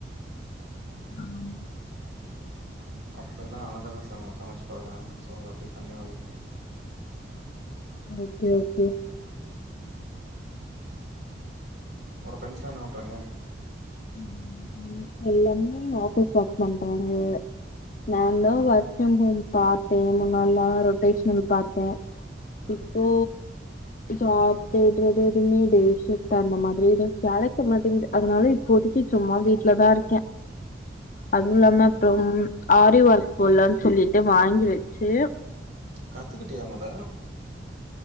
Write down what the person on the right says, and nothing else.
அப்பல்லா ஆனந்தமா சம சமச்சி பாழகுனே சோ அப்டியே கண்டின்யூ ஆகுது
ம் உன்னோட ஃப்ரெண்டஸ்லா என்ன பண்றாங்க
ம்
ம்
ம்
ம்
கத்துக்கிட்டியா மொத